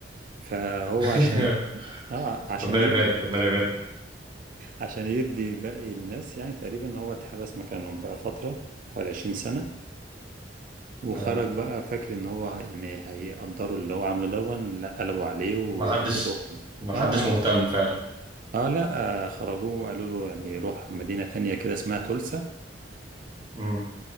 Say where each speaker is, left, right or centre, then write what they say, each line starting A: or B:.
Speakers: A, on the right (about 45°); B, on the right (about 25°).
A: فهو
B: <laughs>
A: عشان اه عشان
B: ربنا
A: يبني
B: يبارك ربنا يبارك
A: عشان يفدي باقي الناس يعني تقريبا هو اتحبس مكانهم بقى فترة حوالي 20 سنة وخرج
B: آه.
A: بقى فاكر ان هو هي- يعني هيقدروا اللي هو عامله دون لا قلبوا عليه وقالوا
B: ما حدش
A: له
B: ما حدش
A: اه
B: مهتم
A: اه
B: فعلا
A: اه لا آه خرجوه وقالوا له يعني روح مدينة تانية كده اسمها تولسا
B: مم.